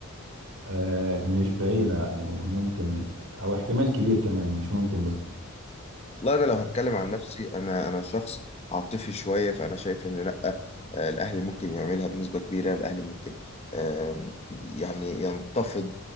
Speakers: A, on the right; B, on the left.
A: آه مش بعيده يعني ممكن او احتمال كبير كمان مش ممكن بس
B: والله انا لو هتكلم عن نفسي انا انا شخص عاطفي شويه فانا شايف ان لا آه، الاهلي ممكن يعملها بنسبه كبيره الاهلي ممكن آم، يعني ينتفض